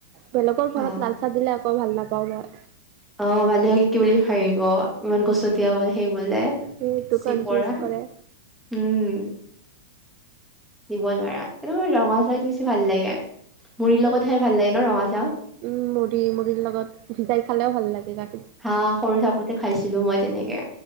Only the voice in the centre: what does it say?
অ
অ', ভালেই হ'ল। কি বুলি খাই অ'। ইমান কচতিয় বল সেই বোলে
চিপৰা
হম নোৱাৰা একদম ৰঙা চি দি ইউজ ভাল লাগে মুৰিৰ লগত
খাই ভাল লাগে ন ৰঙা চাহ
হা সৰু থাকোঁতে খাইছিলো মই তেনেকে